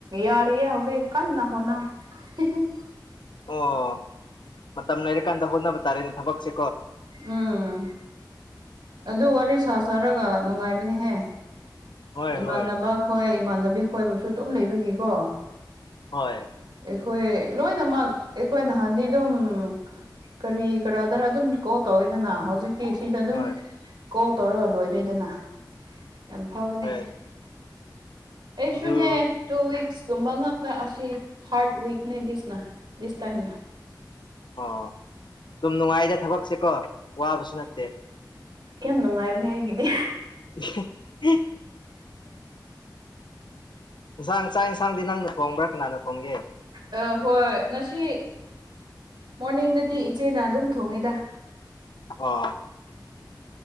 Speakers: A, on the right; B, on the left.
A: ꯌꯥꯔꯤꯌꯦ ꯍꯧꯖꯤꯛ ꯀꯟꯅꯥ ꯍꯣꯠꯅꯧ ꯍꯤ ꯍꯤ
B: ꯑꯣ ꯃꯇꯝ ꯂꯩꯔꯀꯥꯟꯗ ꯍꯣꯠꯅꯕ ꯇꯥꯔꯦꯅꯦ ꯊꯕꯛꯁꯦ
A: ꯎꯝ ꯑꯗꯨꯗꯣ ꯋꯥꯔꯤ ꯁꯥꯁ ꯁꯥꯔꯒ ꯅꯨꯡꯉꯥꯏꯕꯅꯤꯍꯦ
B: ꯍꯣꯏ
A: ꯏꯃꯥꯟꯅꯕ
B: ꯍꯣꯏ
A: ꯍꯣꯏ ꯏꯃꯥꯟꯅꯕꯤ ꯈꯣꯏꯕꯁꯨ ꯑꯗꯨꯝ ꯂꯩꯕꯒꯤꯀꯣ
B: ꯍꯣꯏ
A: ꯑꯩꯈꯣꯏ ꯂꯣꯏꯅꯃꯛ ꯑꯩꯈꯣꯏ ꯅꯍꯥꯟꯗꯤ ꯑꯗꯨꯝ ꯀꯔꯤ ꯀꯔꯥꯗꯔ ꯑꯗꯨꯝ ꯀꯣꯜ ꯇꯧꯔꯦꯗꯅ ꯍꯧꯖꯤꯛꯇꯤ ꯁꯤꯗ ꯑꯗꯨꯝ
B: ꯍꯣꯏ
A: ꯀꯣꯜ ꯇꯧꯔꯒ ꯂꯣꯏꯔꯦꯗꯅ ꯌꯥꯝ ꯐꯕꯅꯦ
B: ꯍꯣꯏ
A: ꯑꯩꯁꯨꯅꯦ
B: ꯑꯗꯨ
A: ꯇꯨ ꯋꯤꯛꯁꯀꯨꯝꯕ ꯉꯥꯛꯇ ꯑꯁꯤ ꯊꯥꯔꯠ ꯋꯤꯛꯅꯦ ꯗꯤꯁꯅ ꯗꯤꯁ ꯇꯥꯏꯝꯅ
B: ꯑꯣ ꯑꯗꯨꯝ ꯅꯨꯡꯉꯥꯏꯗ ꯊꯕꯛꯁꯦꯀꯣ ꯋꯥꯕꯁꯨ ꯅꯠꯇꯦ
A: ꯌꯥꯝ ꯅꯨꯡꯉꯥꯏꯕꯅꯦ ꯑꯩꯒꯤꯗꯤ
B: <inaudible> ꯏꯟꯁꯥꯡ ꯆꯥꯛ ꯏꯟꯁꯥꯡꯗꯤ ꯅꯪꯅ ꯊꯣꯡꯕ꯭ꯔꯥ ꯀꯅꯥꯅ ꯊꯣꯡꯒꯦ
A: ꯑ ꯍꯣꯏ ꯉꯁꯤ ꯃꯣꯔꯅꯤꯡꯗꯗꯤ ꯏꯆꯦꯅ ꯑꯗꯨꯝ ꯊꯣꯡꯉꯤꯗ
B: ꯑꯣ